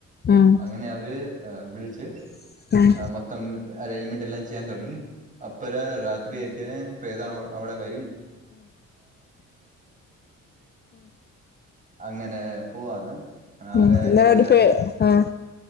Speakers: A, on the left (about 35°); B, on the right (about 25°).
A: ഉം ഉം
B: അങ്ങനെ അവര് ഹ വിളിച്ച്
A: <inaudible>
B: മൊത്തം അറേഞ്ച്മെന്റ് എല്ലാം ചെയ്യാൻ തുടങ്ങി അപ്പര രാത്രിയൊക്കെ പ്രേത അവിടെ <inaudible> <unintelligible> അങ്ങനെ പോവാന്ന് ആ <unintelligible>
A: ഇന്നലെ ഒരു പേ ആഹ്